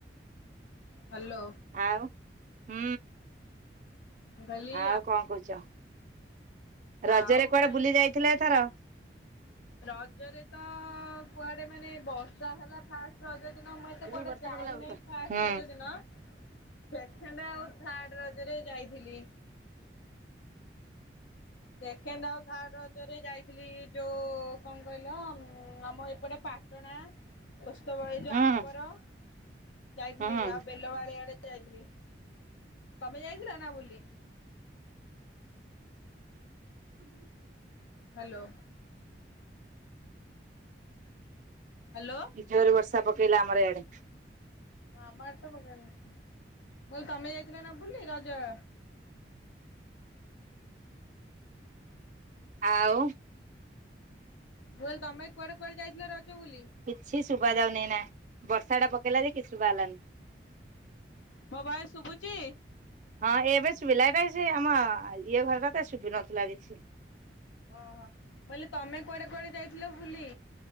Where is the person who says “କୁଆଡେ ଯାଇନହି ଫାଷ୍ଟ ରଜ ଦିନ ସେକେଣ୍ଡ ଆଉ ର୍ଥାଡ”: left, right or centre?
Left